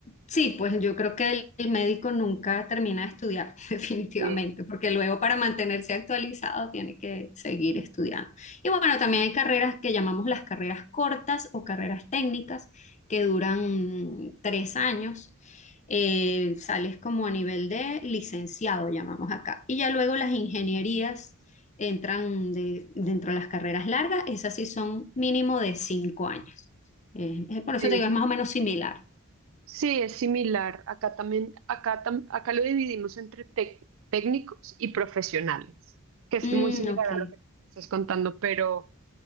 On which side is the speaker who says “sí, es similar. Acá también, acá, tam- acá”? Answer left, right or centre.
Right